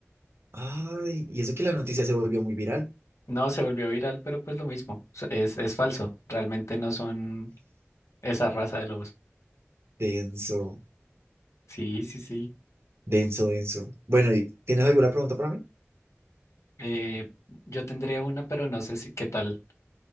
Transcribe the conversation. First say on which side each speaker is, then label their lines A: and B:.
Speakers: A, on the right (about 60°); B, on the left (about 75°).
A: Ay, y eso que la noticia se volvió muy viral.
B: no, se volvió viral, pero pues lo mismo, so- es, es falso, realmente no son esa raza de lobos.
A: Denso,
B: Sí, sí, sí.
A: denso, denso. Bueno, ¿y tienes alguna pregunta para mí?
B: Eh, yo tendría una, pero no sé si qué tal.